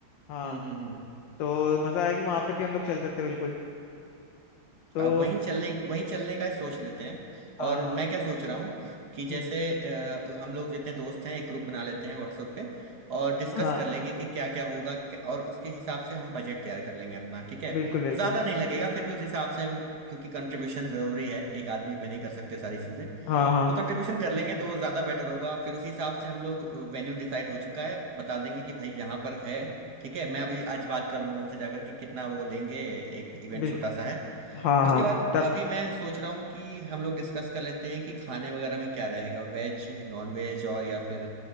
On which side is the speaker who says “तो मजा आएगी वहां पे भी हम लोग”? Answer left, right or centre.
Left